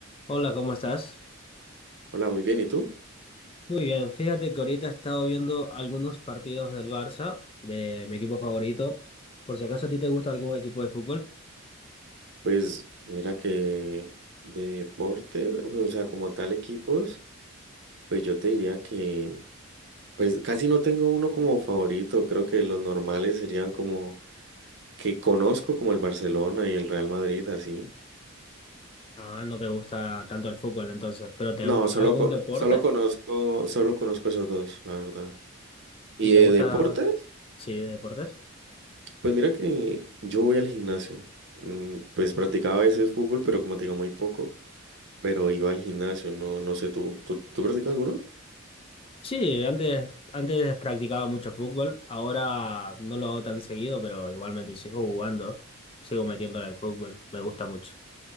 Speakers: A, on the left; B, on the right.
A: Hola, ¿cómo estás?
B: Hola, muy bien. ¿Y tú?
A: Muy bien, fíjate que ahorita he estado viendo algunos partidos del Barça, de mi equipo favorito. Por si acaso a ti te gusta algún equipo de fútbol.
B: Pues mira que de deporte, pues, o sea, como tal equipos, pues yo te diría que, pues casi no tengo uno como favorito. Creo que los normales serían como que conozco como el Barcelona y el Real Madrid, así.
A: Ah, no te gusta tanto el fútbol entonces, pero ¿te
B: No,
A: gusta
B: solo,
A: algún
B: co-
A: deporte?
B: solo conozco, solo conozco esos dos, la verdad. Y
A: ¿Y te
B: de
A: gusta,
B: deportes,
A: sí, deportes?
B: pues mira que yo voy al gimnasio. Mm, Pues practicaba a veces fútbol, pero como te digo, muy poco. Pero iba al gimnasio, no, no sé tú. ¿Tú, tú practicas alguno?
A: Sí, antes, antes practicaba mucho fútbol, ahora no lo hago tan seguido, pero igualmente sigo jugando, sigo metiéndole al fútbol, me gusta mucho,